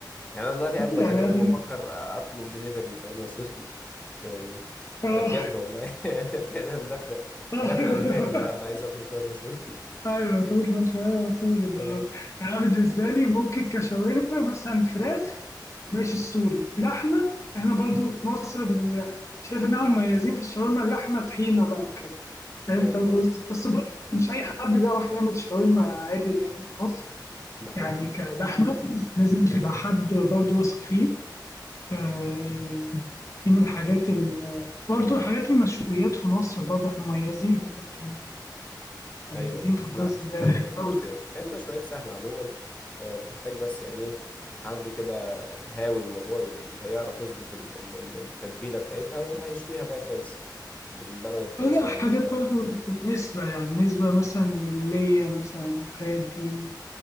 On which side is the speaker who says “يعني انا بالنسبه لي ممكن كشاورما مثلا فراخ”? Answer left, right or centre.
Left